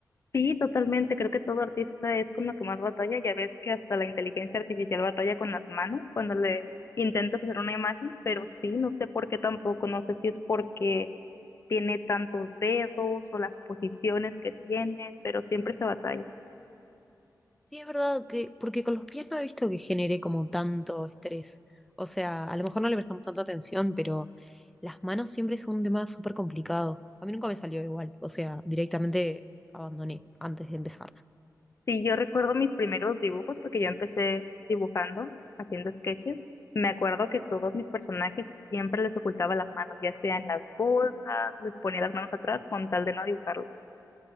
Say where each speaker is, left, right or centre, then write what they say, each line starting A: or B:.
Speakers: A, on the left; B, in the centre.
A: Sí, totalmente, creo que todo artista es con lo que más batalla, ya ves que hasta la inteligencia artificial batalla con las manos cuando le intentas hacer una imagen, pero sí, no sé por qué tampoco, no sé si es porque tiene tantos dedos o las posiciones que tiene, pero siempre se batalla.
B: Sí, es verdad que, porque con los pies no he visto que genere como tanto estrés. O sea, a lo mejor no le prestamos tanta atención, pero las manos siempre son un tema súper complicado. A mí nunca me salió igual, o sea, directamente abandoné antes de empezar.
A: Sí, yo recuerdo mis primeros dibujos porque yo empecé dibujando, haciendo sketches. Me acuerdo que todos mis personajes siempre les ocultaba las manos, ya sea en las bolsas, les ponía las manos atrás con tal de no dibujarlas.